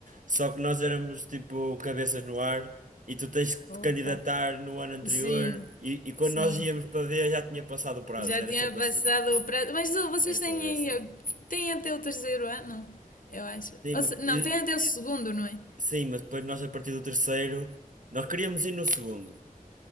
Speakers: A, on the right; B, on the left.
A: Só que nós éramos tipo cabeças no ar. E tu tens que te
B: Opa,
A: candidatar no ano anterior.
B: sim,
A: E, e quando
B: sim.
A: nós íamos para ver, já tinha passado o prazo.
B: Já
A: Era
B: tinha
A: sempre
B: passado
A: assim.
B: o prazo. Mas oh, vocês
A: Era
B: têm,
A: sempre assim.
B: aí- têm até o terceiro ano, eu acho.
A: Sim,
B: Ou
A: mas,
B: se- não,
A: e-
B: têm até o segundo, não é?
A: sim, mas depois nós, a partir do terceiro, nós queríamos ir no segundo.